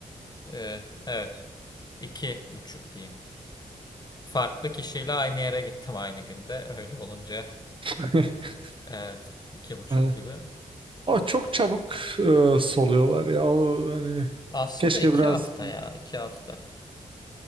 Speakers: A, on the left; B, on the right.
A: Ee, evet. İki buçuk diyeyim. Farklı kişiyle aynı yere gittim aynı günde. Öyle olunca
B: <laughs>
A: <laughs> evet iki buçuk
B: Ha.
A: gibi.
B: O çok çabuk e, soluyorlar ya. O hani
A: Aslında
B: keşke
A: iki
B: biraz
A: hafta ya iki hafta.